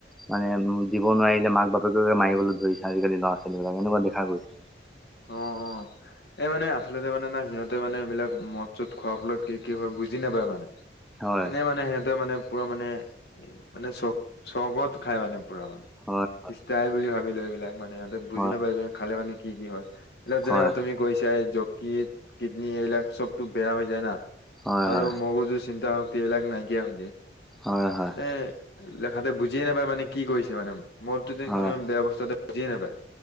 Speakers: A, in the centre; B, on the left.
A: মানে উ, দিব নোৱাৰিলে মাক-বাপেকে মাৰিবলৈ ধৰিছে আজিকালি ল'ৰা-ছোৱালী বিলাক এনেকুৱা দেখা গৈছে। <inaudible>
B: অ এই মানে আচলতে মানে না সিহঁতে মানে এইবিলাক মদ-চদ খোৱাৰ ফলত কি, কি হয় বুজি নাপায় মানে
A: হয়
B: এনে মানে সিহঁতে মানে পুৰা মানে মানে চ, চৰবত খায় মানে পুৰা মানে
A: হয়
B: ষ্টাইল বুলি ভাবিলো এইবিলাক মানে সিহঁতে বুজি
A: হয়
B: নাপালো খালে মানে কি, কি হয় এইবিলাক যেনেককা
A: হয়
B: তুমি কৈছা যকৃত কিডনী এইবিলাক চবতো বেয়া হৈ যায় না
A: হয়
B: আৰু
A: হয়
B: মগজু চিন্তা শক্তি এইবিলাক নাইকিয়া হৈ যায়।
A: হয়, হয়।
B: মানে লেখাতে বুজিয়ে নাপায় মানে কি কৰিছে মানে মোৰতো যে
A: হয়
B: কিমান বেয়া বস্তু এ বুজিয়ে নাপায়।